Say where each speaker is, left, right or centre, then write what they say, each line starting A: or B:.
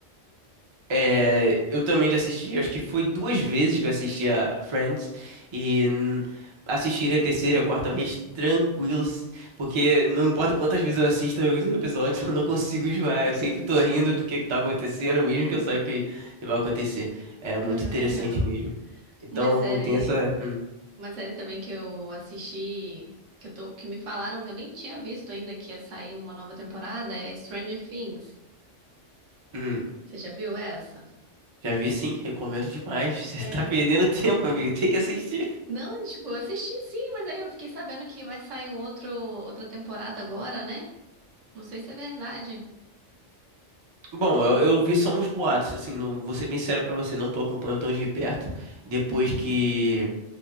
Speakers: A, on the right (about 40°); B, on the right (about 80°).
A: É, eu também já assisti, acho que foi duas vezes que eu assisti a Friends e hum, assistiria a terceira, a quarta vez tranquilo, s- porque não importa quantas vezes eu assisto os episódios, <laughs> eu não consigo enjoar, eu sempre tô rindo do que que tá acontecendo, mesmo que eu saiba o que, que vai acontecer. É muito
B: É
A: interessante
B: legal.
A: mesmo. Então
B: Uma série,
A: tem essa. hum,
B: uma série também que eu assisti, que eu tô, que me falaram que eu nem tinha visto ainda que ia sair uma nova temporada, é Stranger Things.
A: hum,
B: Você já viu essa?
A: já vi sim, recomendo demais. <laughs> Você
B: É.
A: tá perdendo tempo, amigo, tem que assistir.
B: Não, tipo, eu assisti sim, mas aí eu fiquei sabendo que vai sair um outro, outra temporada agora, né? Não sei se é verdade.
A: Bom, eu, eu vi só uns boatos, assim, não, vou ser bem sério pra você, não tô acompanhando tão de perto. Depois
B: Uhum.
A: que,